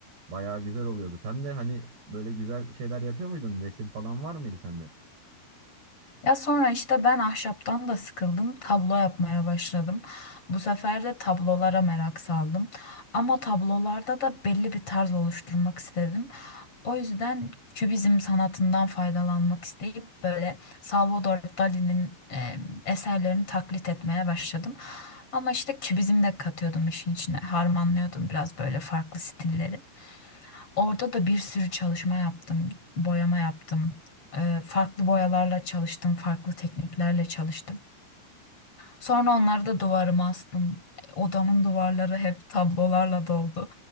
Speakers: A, on the right (about 55°); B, on the left (about 30°).
A: Bayağı güzel oluyordu. Sen de hani böyle güzel şeyler yapıyor muydun? Resim falan var mıydı sende?
B: Ya sonra işte ben ahşaptan da sıkıldım, tablo yapmaya başladım. Bu sefer de tablolara merak saldım. Ama tablolarda da belli bir tarz oluşturmak istedim. O yüzden kübizm sanatından faydalanmak isteyip böyle Salvador Dali'nin e, eserlerini taklit etmeye başladım. Ama işte kübizm de katıyordum işin içine, harmanlıyordum biraz böyle farklı stilleri. Orada da bir sürü çalışma yaptım, boyama yaptım. Ee, farklı boyalarla çalıştım, farklı tekniklerle çalıştım. Sonra onları da duvarıma astım. Odamın duvarları hep tablolarla doldu.